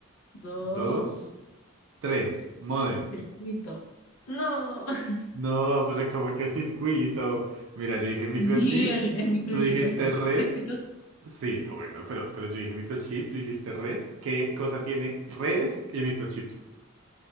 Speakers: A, on the left; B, on the right.
A: Dos,
B: dos, tres, modem
A: circuito. No. <laughs>
B: No, pero como que circuito. Mira, yo dije
A: Sí,
B: microchip,
A: el, el microchip
B: tú dijiste
A: está hecho
B: red.
A: por circuitos.
B: Sí, ah, bueno, pero, pero yo dije microchip, tú dijiste red. ¿Qué cosa tiene redes y microchips?